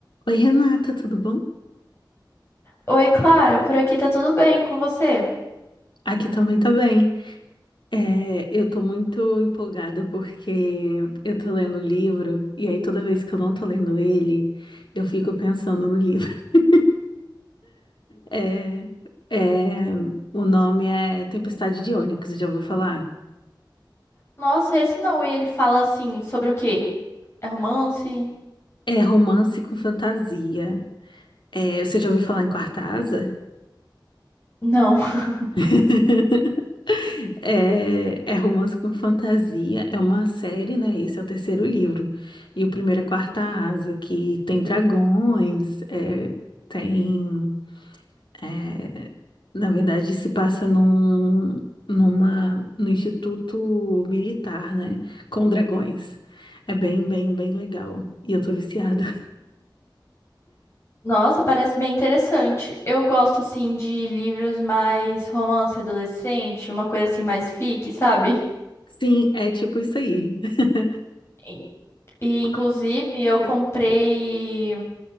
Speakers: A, on the left; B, on the left.
A: Oi, Renata, tudo bom?
B: Oi, Clara, por aqui tá tudo bem com você?
A: Aqui também tá bem. É, eu tô muito empolgada porque eu tô lendo um livro e aí toda vez que eu não tô lendo ele, eu fico pensando no livro. <laughs> É, é, o nome é Tempestade de Ônix, já ouviu falar?
B: Nossa, esse não. E ele fala assim, sobre o quê? É romance?
A: É romance com fantasia. É, você já ouviu falar em Quarta Asa?
B: Não. <laughs>
A: <laughs> É, é romance com fantasia, é uma série, né? Esse é o terceiro livro. E o primeiro é Quarta Asa, que tem dragões, é, tem. é, na verdade, se passa num, numa, no Instituto Militar, né? Com dragões. É bem, bem, bem legal. E eu tô viciada.
B: Nossa, parece bem interessante. Eu gosto assim de livros mais romance adolescente, uma coisa assim mais fic, sabe?
A: <laughs> Sim, é tipo isso aí. <laughs>
B: E e,
A: Qual
B: inclusive
A: é que
B: eu
A: você-
B: comprei